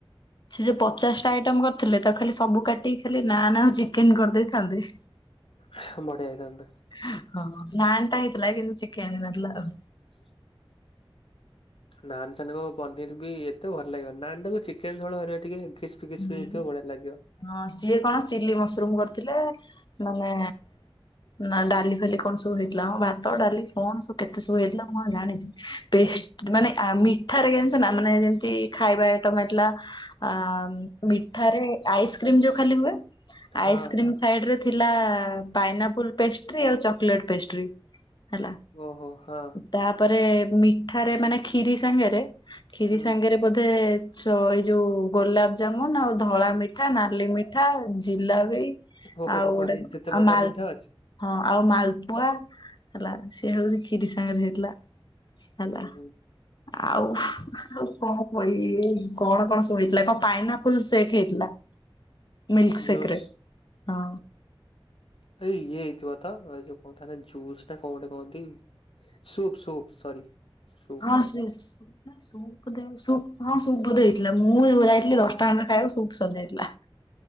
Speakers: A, on the left (about 55°); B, on the left (about 75°).
A: ସେ ଯେ ପଚାଶ୍ ଟା ଆଇଟମ୍ କରି ଥିଲେ ତାକୁ ଖାଲି ସବୁ କାଟିକି ଖାଲି ନାନ୍ ଆଉ ଚିକେନ କରିଦେଇଥାନ୍ତେ।
B: ହୁଁ-ବଢିଆ ହେଇଥାନ୍ତା।
A: ହଁ- ନାନ୍‌‌ଟା‌‌ ହେଇଥିଲା କିନ୍ତୁ ଚିକେନ୍ ହେଇନଥିଲା ଆଉ।
B: ହ ନାନ୍ ସାନଙ୍କୁ ପନିର୍ ବି ଏତେ ଭଲ ଲାଗିବନି ନାନ୍ ଟାକୁ ଚିକେନ୍ ଝୋଳ ହେରିକା ଟିକେ ଏମିତି ସ୍ <unintelligible>
A: ହୁଁ
B: ହେଇଥିବ ବଢିଆ ଲାଗିବ।
A: ହଁ ସିଏ କଣ ଚିଲି ମସରୁମ୍ କରିଥିଲେ ମାନେ ନା- ଡାଲି ଫାଲି କଣ୍ ସବୁ ହେଇଥିଲା ଅଁ- ଭାତ ଡାଲି କଣ ସବୁ କେତେ ସବୁ ହେଇଥିଲା ମୁଁ କଣ‌ ଜାଣିଚି। ବେଷ୍ଟ୍ ମାନେ ଆ-ମିଠାରେ ଜାଣିଚ ନା ମାନେ ଯେମତି ଖାଇବା ଆଇଟମ୍ ହେଇଥିଲା ଆ- ମିଠାରେ ଆଇସ୍କ୍ରିମ୍ ଯଉ ଖାଲି ହୁଏ
B: ହଁ
A: ଆଇସ୍କ୍ରିମ୍ ସାଇଡ୍ ରେ ଥିଲା ପାଇନା ଆପୁଲ୍ ପେଷ୍ଟ୍ରି ଆଉ ଚକଲେଟ୍ ପେଷ୍ଟ୍ରି। ହେଲା
B: ଓହୋ ହଁ
A: ତା ପରେ ମିଠାରେ ମାନେ କ୍ଷୀରି ସାଙ୍ଗେରେ କ୍ଷୀରି
B: ହୁଁ
A: ସାଙ୍ଗେରେ ବୋଧେ ଚ-ଏଇ ଯଉ ଗୋଲାପ୍ ଜାମୁନ୍ ଆଉ ଧଳା ମିଠା, ନାଲି ମିଠା, ଜିଲାପି
B: ଓହୋ
A: ଆଉ ଗୋଟେ
B: ଭାଇ ଯେତେ ପ୍ରକାର
A: ଆଉ ମାଲ୍
B: ମିଠା ଅଛି
A: ହଁ ଆଉ ମାଲପୁଆ ହେଲା ସିଏ ହଉଚି କ୍ଷୀରି ସାଙ୍ଗେରେ ହେଇଥିଲା। ହେଲା।
B: ହୁଁ ହୁଁ।
A: ଆଉ କଣ କଇବି କଣ ସବୁ ହେଇଥିଲା କଣ୍। ପାଇନା ଆପୁଲ୍ ସେକ୍ ହେଇଥିଲା ମିିଲ୍କ୍
B: ଜୁସ୍
A: ସେକ୍ ରେ ହଁ।
B: ତ ଇଏ ହେଇଥିବ ତ ଯଉ <unintelligible> ନା ଜୁସ୍ ନା କଣ ଗୋଟେ କହନ୍ତି ସୁପ୍- ସୁପ୍ ସରି। ସୁପ୍
A: ହଁ ସେ ସୁପ୍ ହଁ ସୁପ୍ ବୋଧେ ହେଇଥିଲା ମୁଁ ଯାଇଥିଲି ଦଶଟା ଖଣ୍ଡେ ଖାଇବାକୁ ସୁପ୍ ସରିଯାଇଥିଲା।